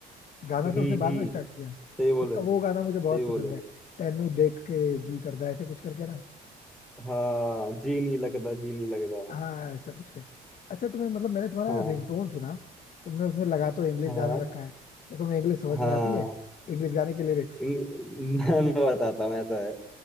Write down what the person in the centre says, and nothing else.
हम्म
हम्म
सही बोले
सही
बोले
हाँ जी नहीं लगता जी नहीं लगता
हाँ
हाँ
हाँ
इन- मैं मैं बताता हूँ ऐसा है